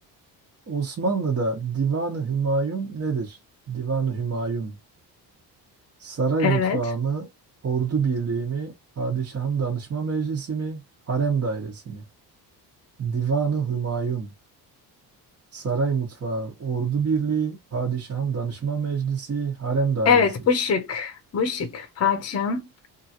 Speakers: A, on the right (about 35°); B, on the left (about 40°).
A: Osmanlı'da Divan-ı Hümayun nedir? Divan-ı Hümayun. Saray
B: Evet.
A: mutfağı mı? Ordu birliği mi? Padişahın danışma meclisi mi? Harem dairesi mi? Divan-ı Hümayun. Saray mutfağı, ordu birliği, padişahın danışma meclisi, harem dairesi.
B: Evet bu şık. Bu şık. Padişahın